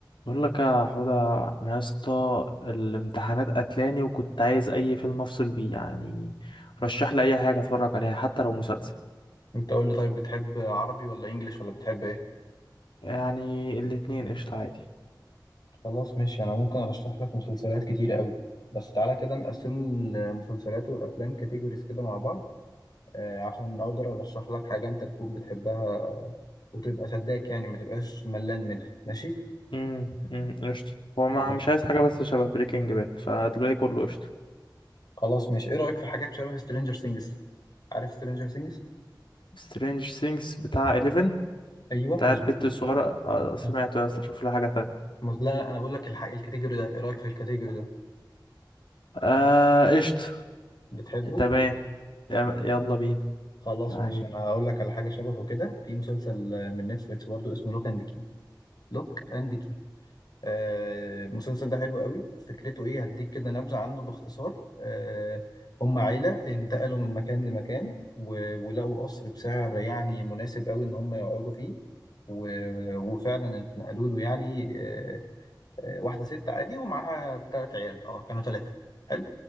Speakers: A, on the left; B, on the left.
A: بقول لك يا حوده انا يا اسطى الامتحانات قتلاني وكنت عايز اي فيلم افصل بيه يعني رشح لي اي حاجه اتفرج عليها حتى لو مسلسل
B: انت قول لي طيب بتحب عربي ولا انجليش ولا بتحب ايه
A: يعني الاتنين قشطه عادي
B: خلاص ماشي انا ممكن ارشح لك مسلسلات كتيرة قوي بس تعالى كده نقسم المسلسلات والافلام كاتيجوريز كده مع بعض آه، عشان اقدر ارشح لك حاجة انت تكون بتحبها وتبقى شداك يعني ما تبقاش ملان منها ماشي
A: امم امم قشطه هو ما
B: ماشي
A: مش عايز حاجه بس شبه بريكنج باد فدلوقتي كله قشطه
B: خلاص ماشي ايه رأيك في حاجات شبه سترينجر سينجز عارف سترينجر سينجز
A: سترينج سينجز بتاع 11
B: ايوه
A: بتاع
B: مظبوط
A: البت
B: كده.
A: الصغيره آه، سمعته
B: آه.
A: يا اسطى شوف لي حاجه تانية
B: مز... لا لا انا بقول لك الحق الكاتيجوري ده ايه رأيك في الكاتيجوري ده
A: آه قشطه
B: بتحبه
A: تمام يا- يلا بينا
B: خلاص
A: يعني
B: ماشي انا هقول لك على حاجه شبهه كده في مسلسل آه، من نتفليكس برضو اسمه لوك اند كي لوك اند كي آه، المسلسل ده حلو قوي فكرته ايه هديك كده نبذه عنه باختصار آه، هم عيله انتقلوا من مكان لمكان و- ولقوا قصر بسعر يعني مناسب قوي ان هم يقعدوا فيه و- وفعلا اتنقلوا له يعني آه، آه، واحده ست عادي ومعاها ثلاث عيال اه كانوا ثلاثه حلو